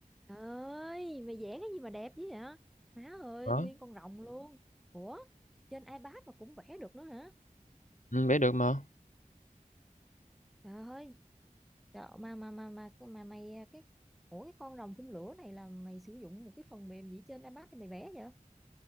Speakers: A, in the centre; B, on the left.
A: Trời ơi, mày vẽ cái gì mà đẹp dữ vậy? Má ơi,
B: Đó,
A: nguyên con rồng luôn. Ủa, trên iPad mà cũng vẽ được nữa hả?
B: ừm, vẽ được mà.
A: Trời ơi, trời, mà mà mà mà mà mày à, cái Ủa cái con rồng phun lửa này là mày sử dụng một cái phần mềm gì trên iPad thì mày vẽ vậy?